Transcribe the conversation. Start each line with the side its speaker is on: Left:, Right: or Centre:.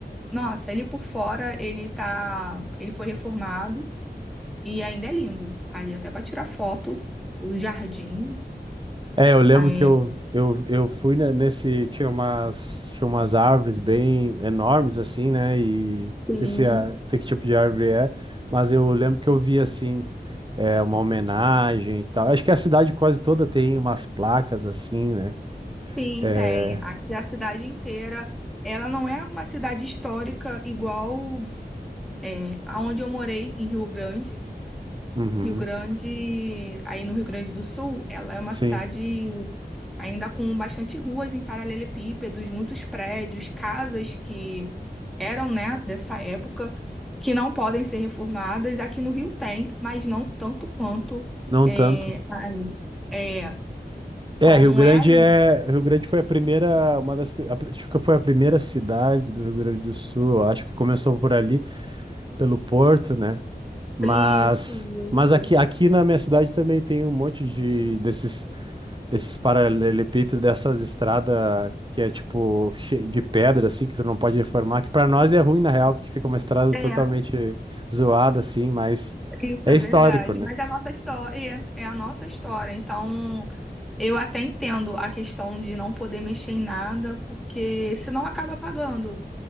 Centre: nossa, ele por fora, ele tá, ele foi reformado e ainda é lindo. Ali até para tirar foto, o jardim,
Right: É, eu lembro
Centre: é,
Right: que eu, eu, eu fui ne- nesse. Tinha umas, tinha umas árvores bem enormes, assim, né? E não
Centre: Sim.
Right: sei se é, sei que tipo de árvore é, mas eu lembro que eu vi assim. É uma homenagem e tal. Acho que a cidade quase toda tem umas placas assim, né?
Centre: Sim,
Right: É,
Centre: tem. Aqui a cidade inteira, ela não é uma cidade histórica igual é, aonde eu morei em Rio Grande.
Right: uhum,
Centre: Rio Grande, aí no Rio Grande do Sul, ela é uma
Right: sim,
Centre: cidade ainda com bastante ruas em paralelepípedos, muitos prédios, casas que eram, né, dessa época, que não podem ser reformadas. Aqui no Rio tem, mas não tanto quanto
Right: não
Centre: é,
Right: tanto.
Centre: aí. É,
Right: É,
Centre: como
Right: Rio Grande
Centre: é aí.
Right: é, Rio Grande foi a primeira, uma das, a, pri- acho que foi a primeira cidade do Rio Grande do Sul. eu Acho que começou por ali, pelo Porto, né? Mas,
Centre: Isso, isso.
Right: mas aqui, aqui na minha cidade também tem um monte de desses, desses paralelepípedos, dessas estradas que é tipo che- de pedra assim, que tu não pode reformar. Que para nós é ruim na real, porque fica uma estrada
Centre: É.
Right: totalmente zoada assim, mas
Centre: Isso
Right: é
Centre: é
Right: histórico,
Centre: verdade,
Right: né?
Centre: mas é a nossa história, é é a nossa história. Então, eu até entendo a questão de não poder mexer em nada, porque senão acaba pagando,